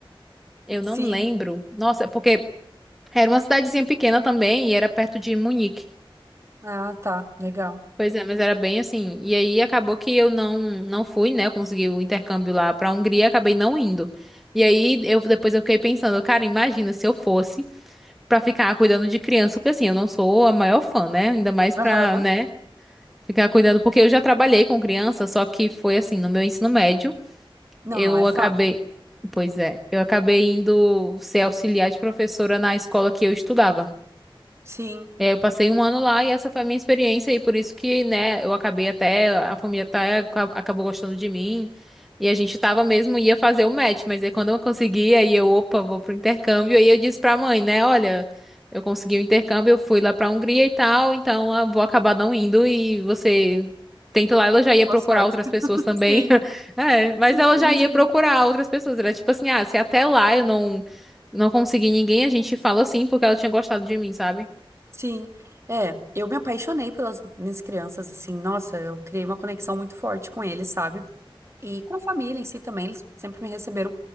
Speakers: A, in the centre; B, on the right.
A: Eu não
B: Sim.
A: lembro. Nossa, é porque. Era uma cidadezinha pequena também e era perto de Munique.
B: Ah, tá. Legal.
A: Pois é, mas era bem assim. E aí acabou que eu não não fui, né? Eu consegui o intercâmbio lá pra Hungria, acabei não indo. E aí eu depois eu fiquei pensando, cara, imagina se eu fosse pra ficar cuidando de criança, porque assim, eu não sou a maior fã, né? Ainda mais pra,
B: Aham.
A: né, ficar cuidando, porque eu já trabalhei com criança, só que foi assim, no meu ensino médio,
B: Não,
A: eu
B: não é fácil.
A: acabei, pois é, eu acabei indo ser auxiliar de professora na escola que eu estudava.
B: Sim.
A: É, eu passei um ano lá e essa foi a minha experiência e por isso que, né, eu acabei até, a família até aca- acabou gostando de mim e a gente tava mesmo, ia fazer o match, mas aí quando eu consegui, aí eu, opa, vou pro intercâmbio, aí eu disse pra mãe, né, olha, eu consegui o intercâmbio, eu fui lá pra Hungria e tal, então ah, vou acabar não indo e você tenta lá, ela já ia
B: Boa
A: procurar
B: sorte.
A: outras
B: <laughs>
A: pessoas também,
B: Sim,
A: <laughs> é, mas
B: entendi.
A: ela já ia procurar outras pessoas, era tipo assim, ah, se até lá eu não, não conseguir ninguém, a gente fala assim porque ela tinha gostado de mim, sabe?
B: Sim. É, eu me apaixonei pelas minhas crianças, assim. Nossa, eu criei uma conexão muito forte com eles, sabe? E com a família em si também, eles sempre me receberam